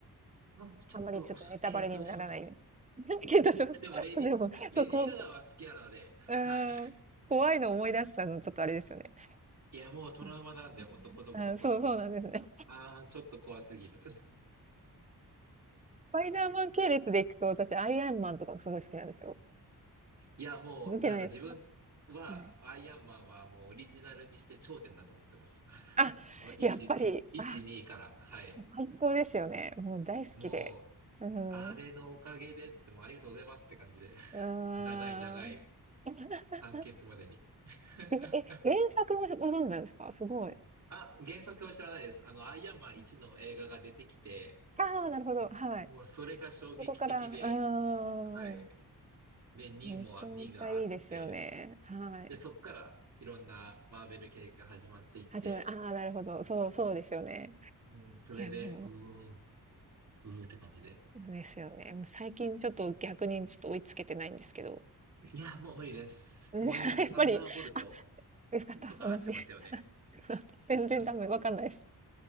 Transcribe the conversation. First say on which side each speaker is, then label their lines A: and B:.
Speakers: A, on the right (about 45°); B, on the right (about 20°).
A: あちょっと、
B: あんまりちょっとネタバレにならないよう
A: 検討します。
B: に。だけど、そう、<laughs>
A: でも、レディ、
B: そうでも、
A: レディー・
B: そう、こう、
A: ガガは好きなので、
B: こ
A: はい。
B: うーん、怖いの思い出したのちょっとあれですよね。
A: いや、もうトラウマなんで、
B: はいは
A: ほんと子供の頃の。
B: い、うん。そうそうなんですね。
A: ああ、ちょっと怖すぎる。<laughs>
B: スパイダーマン系列でいくと、私アイアンマンとかすごい好きなんですよ。
A: いや、もう、
B: 見てないですか？
A: なんか自分は、
B: はい。
A: アイアンマンはもうオリジナルにして頂点だと思ってます。
B: あ、
A: <laughs> もう1、
B: やっぱり、
A: 1、
B: あ
A: 2から、はい。
B: 最高ですよね。もう大好きで。
A: もう、
B: うん。
A: あれのおかげでって、もうありがとうございますって感じで。<laughs>
B: うーん。
A: 長い長い
B: <laughs>
A: 完結までに。<laughs>
B: え、え、原作もご存知なんですか？すごい。
A: あ、原作は知らないです。あの、アイアンマン1の映画が出てきて、
B: ああ、なるほど、はい。
A: もうそれが衝撃的で、
B: そこからうーん。
A: はい。で、2も、
B: めちゃめちゃいいですよね。
A: 2があって、
B: はい。
A: で、そっからいろんなマーベル系が始まっていって、
B: 始まりああ、なるほど。そう、そうですよね。
A: うん、それで、
B: いや、も
A: うーうーって感じで。
B: う、そうですよね。もう最近ちょっと逆にちょっと追いつけてないんですけど。
A: いや、もう無理です。
B: ね
A: もう今もサンダーボルト
B: <laughs>、やっぱり、あ、よかった、
A: とか合ってますよね。
B: 同じ。<laughs> 全然ダメ。
A: あの
B: わかんないです。